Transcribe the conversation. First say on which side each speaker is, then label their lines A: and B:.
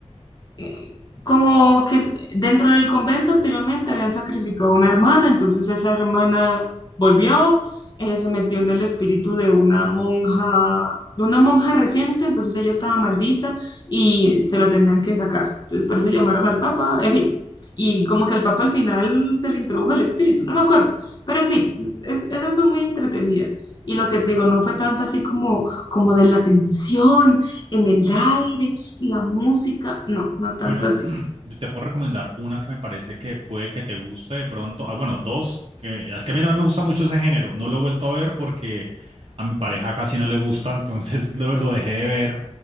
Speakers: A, on the left (about 35°); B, on the right (about 50°).
A: eh, como que s- dentro del convento anteriormente habían sacrificado una hermana, entonces esa hermana volvió, eh, se metió en el espíritu de una monja, de una monja reciente, entonces ella estaba maldita y se lo tenían que sacar. Entonces por eso llamaron al papa, en fin. Y como que al papa al final se le introdujo el espíritu, no me acuerdo. Pero en fin, es- esa fue muy entretenida. Y lo que te digo, no fue tanto así como, como de la tensión en el aire la música, no, no tanto
B: Bueno,
A: así.
B: <clears throat> yo te puedo recomendar una que me parece que puede que te guste de pronto. Ah, bueno, dos, que es que a mí también me gusta mucho ese género. No lo he vuelto a ver porque a mi pareja casi no le gusta, entonces <laughs> lo, lo dejé de ver.